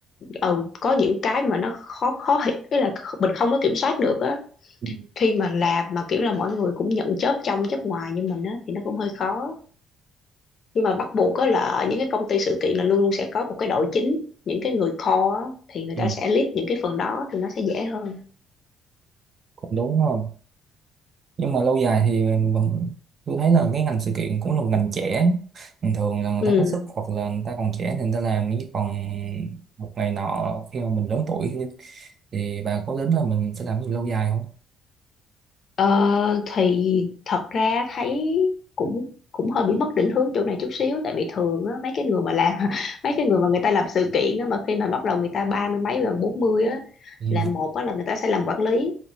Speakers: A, on the left; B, on the right.
A: ừ, có những cái mà nó khó khó hiểu cái là mình không có kiểm soát được á
B: Ừ.
A: khi mà làm mà kiểu là mọi người cũng nhận chớp trong chớp ngoài như mình á thì nó cũng hơi khó nhưng mà bắt buộc á là ở những cái công ty sự kiện là luôn luôn sẽ có một cái đội chính những cái người core á, thì người
B: ừ,
A: ta sẽ lead những cái phần đó thì nó sẽ dễ hơn
B: cũng đúng ha nhưng mà lâu dài thì mình- tôi thấy là cái ngành sự kiện cũng là một ngành trẻ bình thường là người
A: ừ.
B: ta có sức hoặc là người ta còn trẻ thì người ta làm chứ còn một ngày nọ khi mà mình lớn tuổi thì, thì bà có tính là mình sẽ làm gì lâu dài không
A: ờ, thì thật ra thấy cũng cũng hơi bị mất định hướng chỗ này chút xíu tại vì thường á, mấy cái người mà làm <laughs> mấy cái người mà người ta làm sự kiện á, mà khi mà bắt đầu người ta ba mươi mấy gần bốn mươi á
B: ừ,
A: là một á, là người ta sẽ làm quản lý